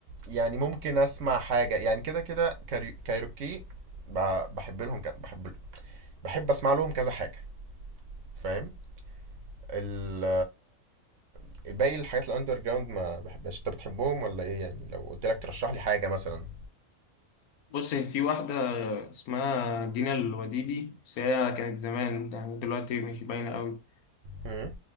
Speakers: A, on the right; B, on the left.
A: يعني ممكن اسمع حاجه يعني كده كده كاريو- كايروكي ب- بحب لهم ك- بحب بحب اسمع لهم كذا حاجه فاهم ال <hesitation> باقي الحاجات الاندر جراوند ما بحبهاش انت بتحبهم ولا ايه يعني لو قلت لك ترشح لي حاجه مثلا
B: بص في واحده اسمها دينا الوديدي بس هي كانت زمان يعني دلوقتي مش باينه قوي
A: هم؟